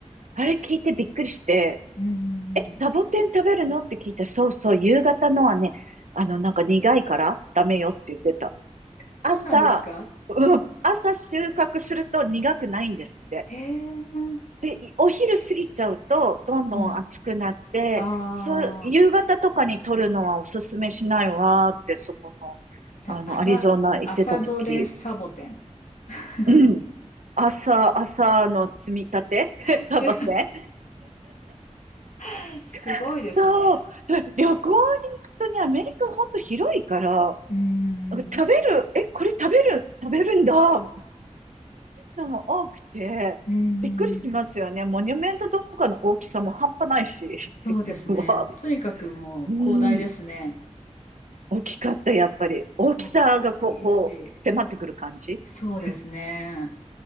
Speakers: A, on the right; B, on the left.
A: あれ聞いてびっくりして、
B: うん。
A: え、サボテン食べるのって聞いたら、そうそう、夕方のはね、あの、なんか苦いからダメよって言ってた。
B: そうなんですか
A: 朝、うん、朝収穫すると苦くないんですって。
B: へえ。
A: で、お昼過ぎちゃうと、どんどん暑くなって、
B: うん。ああ、
A: そう、夕方とかに撮るのはおすすめしないわーって、そこの、
B: じゃあ、
A: あの、
B: 朝、
A: アリゾナ行ってた時。
B: 朝どれサボテン。<laughs>
A: うん。朝、朝の積み立て
B: す、
A: <laughs> サボテン
B: <laughs> すごいですね。
A: <laughs> そう。旅行に行くとね、アメリカほんと広いから、
B: うん。
A: 食べる、え、これ食べる、食べるんだ、そういうのも多くて、
B: うーん、
A: びっくりしますよね。モニュメントとかの大きさも半端ないし。<laughs>
B: そうですね。
A: うわ、
B: とにかくもう広大ですね。
A: うん。大きかった、やっぱり。大きさがこう、
B: 大きいし。
A: こう、迫ってくる感じ。
B: そうですね。
A: <laughs>